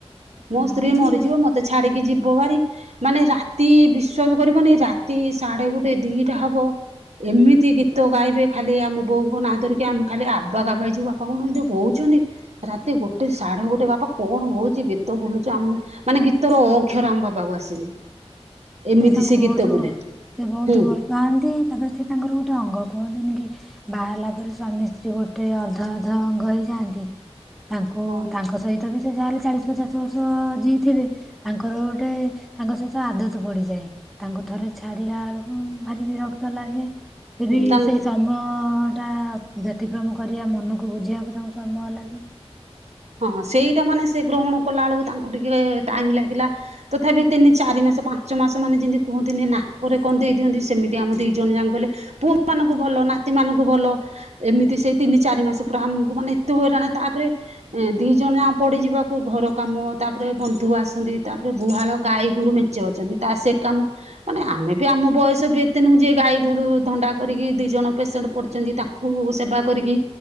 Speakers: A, on the right (about 80°); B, in the centre.
A: ମୋ
B: ହଁ
A: ସ୍ତ୍ରୀ
B: ନାଇଁ
A: ମରିଯିବ
B: ବ-
A: ମତେ ଛାଡିକି ଯିବ ଭାରି ମାନେ ରାତି ବିଶ୍ଵାସ କରିବନି ରାତି ସାଢେ ଗୋଟେ ଦିଟା ହବ ଏମିତି ଗୀତ ଗାଇବେ ଖାଲି ଆମ ବୋଉଙ୍କ ନାଁ ଧରିକି ଆମେ ଖାଲି ଆବା କାବା ହେଇଯିବୁଆଉ। ବାପା କଣ ଏଉ ହଉଛନ୍ତି ରାତି ଗୋଟେ ସାଢେ ଗୋଟେ ବାପା କଣ ହଉଛି ଗୀତ ବୁଲୁଛ ଆମ। ମାନେ ଗୀତର ଅ ଅକ୍ଷର ଆମ ବାପାକୁ ଆସିନି। ଏମିତି
B: ସେ ତାଙ୍କୁ ବହୁତ
A: ଗୀତ ବୁଲେ
B: ସେ ବହୁତ
A: ହୁଁ
B: ଭଲ। ପାଆନ୍ତି ତାପରେ ସେ ତାଙ୍କର ଗୋଟେ ଅଙ୍ଗ କୁହନ୍ତିନି କି। ବାହାହେଲା ପରେ ସ୍ୱାମୀ ସ୍ତ୍ରୀ ଗୋଟେ ଅର୍ଧ ଅର୍ଧ ଅଙ୍ଗ ହେଇଯାଆନ୍ତି। ତାଙ୍କୁ
A: ହୁଁ
B: ତାଙ୍କ ସହିତ ବି ଯାହାଲେ ଚାଳିଶ ପଚାଶ ବର୍ଷ ଯିଇଁ ଥିଲେ ତାଙ୍କର ଗୋଟେ ତାଙ୍କ ସହିତ ଆଦତ ତ ବଢ଼ିଯାଏ ତାଙ୍କୁ ଥରେ ଛାଡିଲା ବେଳକୁ ଭାରି ବିରକ୍ତ ଲାଗେ ସେ ବି
A: ତାଙ୍କ
B: ସେ ସମୟଟା ବ୍ୟତିକ୍ରମ କରିବା ମନକୁ ବୁଝିବାକୁ ତାଙ୍କୁ ସମୟ ଲାଗେ।
A: ହଁ ସେଇଟା ମାନେ ସେ ଗ୍ରହଣ କଲା ବେଳକୁ ତାଙ୍କୁ ଟିକେ ଟାଇମ ଲାଗିଲା। ତଥାପି ତିନି ଚାରି ମାସ ପାଞ୍ଚ ମାସ ମାନେ ଯେମିତି କୁହନ୍ତିନି ନାକରେ କନ୍ଦେଇ ଦିଅନ୍ତି, ସେମିତି ଆମ ଦି ଜଣ ଯାକ କହିଲେ ପୁଅ ମାନଙ୍କୁ ଭଲ ନାତି ମାନଙ୍କୁ ଭଲ। ଏମିତି ସେଇ ତିନି ଚାରି ମାସ ପୁରା ଆମକୁ ମାନେ ଏତେ ହଇରାଣ ତାପରେ ଦି ଜଣ ଯାକ ପଡିଯିବାକୁ ଘର କାମ ତାପରେ ବନ୍ଧୁ ଆସନ୍ତି ତାପରେ ଗୁହାଳ ଗାଈ ଗୋରୁ ମେ ମେ ଞ୍ଚେ ଅଛନ୍ତି ତାର ସେ କାମ। ମାନେ ଆମେ ବି ଆମ ବୟସ ବି ଏତେ ନୁହଁ ଯେ ଗାଈ ଗୋରୁ ଧନ୍ଧା କରିକି ଦି ଜଣ ପେସେଣ୍ଟ ପଡିଛନ୍ତି ତାଙ୍କୁ ଗୋରୁ ସେବା କରିକି